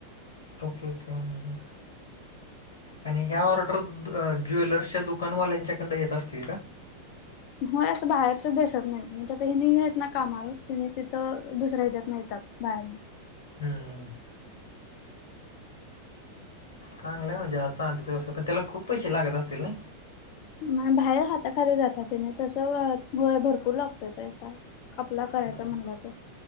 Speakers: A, on the left (about 65°); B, on the left (about 45°).
A: ओके ओके हो ह आणि ह्या ऑर्डर ज्वेलर्सच्या दुकानवाल्यांच्या कडन येत असत्यात काय
B: हो असं बाहेरच देशात नाही म्हणजे त हि येत ना कामावर ति तिथं दुसऱ्या ह्याच्यात नाही येतात बाहेर न
A: हम्म चांगलंय म्हणजे हा चांदीचा व्यवसाय त्याला खूप पैसे लागत असतील नई
B: म बाहेर हाताखाली जातात त्याने तस भरपूर लागतोय पैसा आपला करायचा
A: हम्म.
B: म्हणला तर